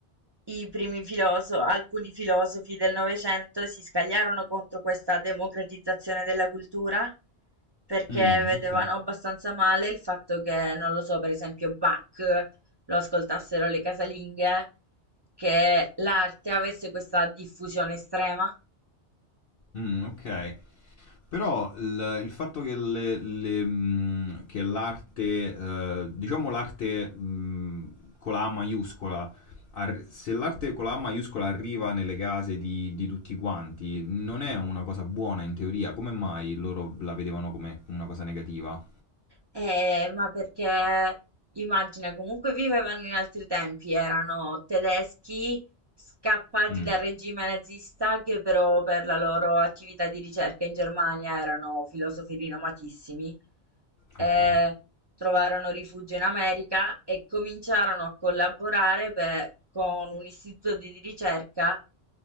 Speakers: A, on the right; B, on the left.
A: i primi filoso- alcuni filosofi del Novecento si scagliarono contro questa democratizzazione della cultura perché
B: Mm,
A: vedevano
B: ok.
A: abbastanza male il fatto che, non lo so, per esempio Bach lo ascoltassero le casalinghe, che l'arte avesse questa diffusione estrema.
B: Mm, ok. Però il, il fatto che, le- le, mh, che l'arte, eh, diciamo l'arte mh, con la A maiuscola, ar- se l'arte con la A maiuscola arriva nelle case di, di tutti quanti, non è una cosa buona in teoria. Come mai loro la vedevano come una cosa negativa?
A: Eh, ma perché immagina, comunque vivevano in altri tempi, erano tedeschi scappati
B: Mm,
A: dal regime nazista che però per la loro attività di ricerca in Germania erano filosofi rinomatissimi. Eh,
B: ok.
A: trovarono rifugio in America e cominciarono a collaborare per- con un istituto di ricerca